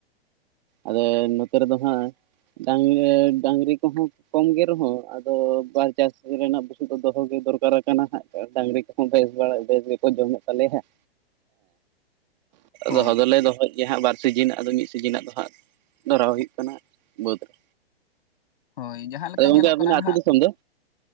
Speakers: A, on the right; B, on the left.
A: ᱟᱫᱚ ᱱᱚᱛᱮ ᱨᱮᱫᱚ ᱦᱟᱸᱜ ᱰᱟᱝ, ᱰᱟᱝᱨᱤ ᱠᱚ ᱦᱚᱸ᱾ ᱠᱚᱢ ᱜᱮ ᱨᱮᱦᱚᱸ ᱟᱫᱚ ᱵᱟᱨ ᱪᱟᱥ ᱨᱮᱱᱟᱜ ᱵᱩᱥᱩᱫ ᱫᱚ ᱫᱚᱦᱚ ᱜᱮ ᱫᱚᱨᱠᱟᱨ ᱠᱟᱱᱟ ᱦᱟᱸᱜ᱾ ᱪᱟᱥ ᱰᱟᱝᱨᱤ ᱠᱚᱦᱚᱸ ᱵᱮᱥ ᱵᱟ ᱵᱮᱥ ᱜᱮᱠᱚ ᱡᱚᱢᱮᱫ ᱛᱟᱞᱮᱭᱟ ᱦᱮᱸ᱾
B: ᱦᱳᱭ
A: ᱫᱚᱦᱚ ᱫᱚᱞᱮ ᱫᱚᱦᱚᱭᱮᱫ ᱜᱮᱭᱟ ᱦᱟᱸᱜ ᱵᱟᱨ ᱥᱤᱡᱤᱱ, ᱟᱫᱚ ᱢᱤᱫ ᱥᱤᱡᱟᱱᱟᱜ ᱫᱚ ᱦᱟᱸᱜ᱾ ᱫᱷᱚᱨᱟᱣ ᱦᱩᱭᱩᱜ ᱠᱟᱱᱟ ᱵᱟᱹᱫᱽ ᱨᱮ᱾
B: ᱦᱳᱭ ᱡᱟᱦᱟᱸ ᱞᱮᱠᱟ
A: ᱟᱫᱚ
B: ᱧᱮᱞᱚᱜ
A: ᱜᱚᱝᱠᱮ ᱟᱹᱵᱤᱱᱟᱜ
B: ᱠᱟᱱᱟ ᱱᱟᱦᱟᱜ
A: ᱟᱹᱛᱩ ᱫᱤᱥᱚᱢ ᱫᱚ?